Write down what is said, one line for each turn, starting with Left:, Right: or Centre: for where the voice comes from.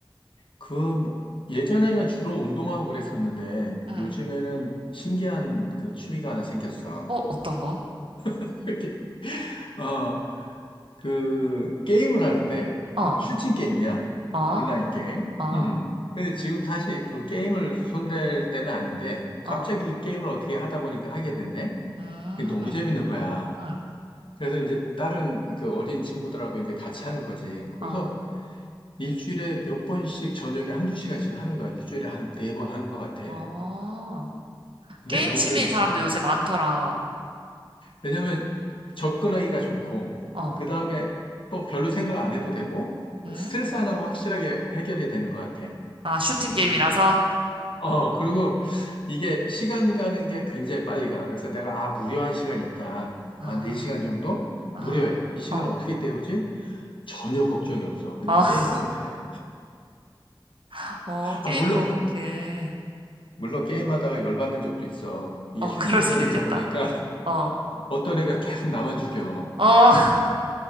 Left: 그 뭐 예전에는 주로 운동하고 그랬었는데
Right: 응.
Left: 요즘에는 신기한 그 취미가 하나 생겼어.
Right: 어, 어떤 거?
Left: <laughs> 이렇게 어. 그 게임을 하는데
Right: 어,
Left: 슈팅 게임이야
Right: 어,
Left: 온라인 게임.
Right: 어,
Left: 음. 근데 지금 사실 그 게임을 손댈 때는 아닌데 갑자기
Right: 어.
Left: 게임을 어떻게 하다 보니까 하게 됐네.
Right: 음,
Left: 그게 너무 재밌는 거야.
Right: 응.
Left: 그래서 이제 다른 그 어린 친구들하고 이제 같이 하는 거지. 그래서
Right: 어,
Left: 일주일에 몇 번씩 저녁에 한 두 시간씩 하는 거야. 일주일에 한 네 번 하는 것 같아.
Right: 어.
Left: 근데
Right: 게임
Left: 너무
Right: 취미인
Left: 재밌어.
Right: 사람도 요새 많더라.
Left: 왜냐면 접근하기가 좋고,
Right: 어,
Left: 그 다음에 또 별로 생각 안 해도 되고,
Right: 응?
Left: 스트레스 하나는 확실하게 해결이 되는 것 같아.
Right: 아, 슈팅
Left: 그-
Right: 게임이라서?
Left: 어, 그리고 이게 시간 가는 게 굉장히 빨리 가. 그래서 내가, 아, 무료한 시간이 있다.
Right: 아.
Left: 한 4시간 정도?
Right: 아,
Left: 무료해. 이 시간
Right: 어,
Left: 어떻게 때우지? 전혀 걱정이 없어. 그냥
Right: 아,
Left: 게임하면 돼.
Right: <laughs> 어,
Left: 아,
Right: 게임으로
Left: 물론,
Right: 그렇게.
Left: 물론 게임하다가 열받는 적도 있어. 이게
Right: 어,
Left: 슈팅
Right: 그럴
Left: 게임이다
Right: 수도 있겠다.
Left: 보니까 <laughs>
Right: 어,
Left: 어떤 애가 계속 나만 죽여.
Right: 어, <laughs>